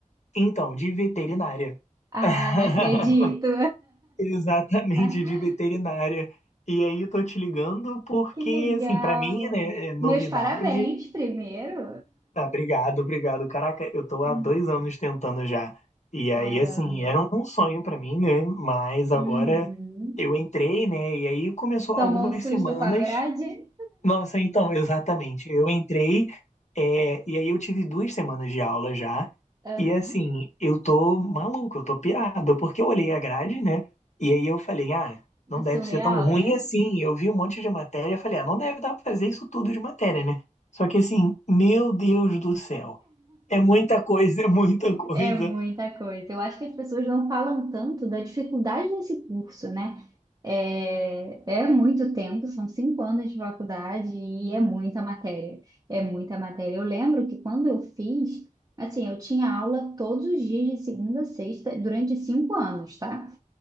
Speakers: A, on the left; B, on the right.
A: então, de veterinária.
B: Ah,
A: <laughs>
B: não acredito.
A: Exatamente,
B: <laughs>
A: de veterinária. E aí, tô te ligando porque,
B: Que legal.
A: assim, pra mim, né, é novidade
B: Meus parabéns primeiro.
A: Ah, obrigado, obrigado. Caraca, eu tô há
B: Hum,
A: dois anos tentando já. E
B: Caramba.
A: aí, assim, era um sonho pra mim, né? Mas agora
B: Uhum.
A: eu entrei, né? E aí começou
B: Tomou
A: algumas
B: um susto
A: semanas.
B: com a grade?
A: Nossa, então, exatamente. Eu entrei, é, e aí eu tive duas semanas de aula já,
B: Aham.
A: e assim, eu tô maluco, eu tô pirado, porque eu olhei a grade, né? E aí eu falei, ah, não
B: Surreal,
A: deve ser tão ruim
B: né?
A: assim. Eu vi um monte de matéria, falei, ah, não deve dar pra fazer isso tudo de matéria, né? Só que assim, meu Deus do céu, é muita coisa, <laughs> é muita coisa,
B: É muita coisa. Eu acho que as pessoas não falam tanto da dificuldade desse curso, né? É, é muito tempo, são cinco anos de faculdade e é muita matéria. É muita matéria. Eu lembro que quando eu fiz, assim, eu tinha aula todos os dias de segunda a sexta, durante cinco anos, tá?